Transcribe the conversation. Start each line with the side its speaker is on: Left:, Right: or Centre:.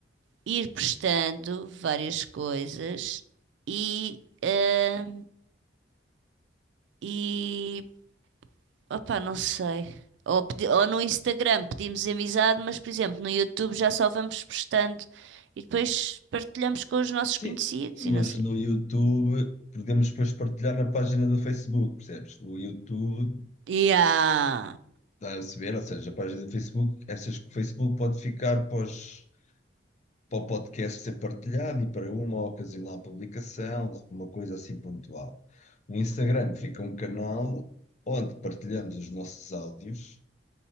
Right: Ir prestando várias coisas e. ah, E opá, não sei. Ou, pedi- ou no Instagram pedimos amizade, mas por exemplo, no YouTube já só vamos postando e depois partilhamos com os nossos conhecidos
Left: Sim,
Right: e
Left: mas
Right: não sei
Left: no
Right: o
Left: YouTube
Right: quê.
Left: podemos depois partilhar na página do Facebook, percebes? O YouTube,
Right: Yeah.
Left: dá a saber, ou seja, a página do Facebook, essas que o Facebook pode ficar pós para o podcast ser partilhado e para uma ocasional publicação, de alguma coisa assim pontual. No Instagram fica um canal onde partilhamos os nossos áudios,